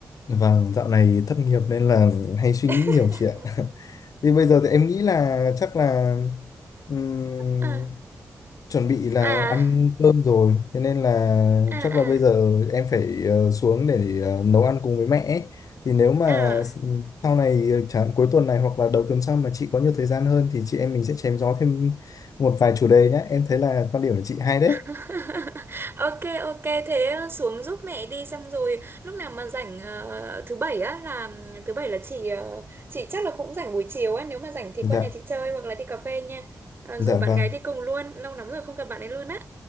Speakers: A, on the left (about 65°); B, on the right (about 40°).
A: vâng, dạo này thất nghiệp
B: Ừ.
A: nên là hay suy nghĩ
B: <laughs>
A: nhiều chị ạ. <laughs> thì bây giờ thì em nghĩ là chắc là ừm,
B: à
A: chuẩn bị là
B: à
A: ăn cơm rồi thế nên là
B: à
A: chắc là
B: à
A: bây giờ em phải ờ, xuống để ờ, nấu ăn cùng với mẹ ấy. Thì nếu mà
B: à
A: s- ừ, sau này ờ, chẳng cuối tuần này hoặc là đầu tuần sau mà chị có nhiều thời gian hơn thì chị em mình sẽ chém gió thêm một vài chủ đề nhé em thấy là quan điểm của chị hay đấy
B: <laughs> Ok ok thế ờ, xuống giúp mẹ đi xong rồi lúc nào mà rảnh ờ, thứ bảy á là thứ bảy là chị ờ, chị chắc là cũng rảnh buổi chiều á nếu mà rảnh thì
A: dạ
B: qua nhà chị chơi hoặc là đi cà phê nha Ờ,
A: dạ
B: rủ bạn
A: vâng
B: gái đi cùng luôn lâu lắm rồi không gặp bạn ấy luôn á